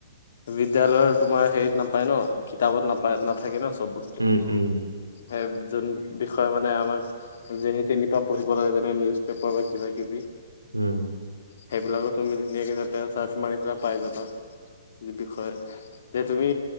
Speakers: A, on the left (about 55°); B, on the right (about 85°).
A: বিদ্যালয়ৰ তোমাৰ হেৰিত নাপায় ন কিতাপত নাপায় নাথাকে ন চ'ব বস্তু
B: উম উম।
A: সেই যোন বিষয়ে মানে আমাক যেনি তেনি পা পঢ়িব লাগে যেনে নিউজ পেপাৰ বা কিবা কিবি
B: উম,
A: সেইবিলাকো তুমি ধুনীয়াকে তাতে চাৰ্চ মাৰি পেলাক পাই যাবা।
B: <inaudible>
A: বিষয়ে, যে তুমি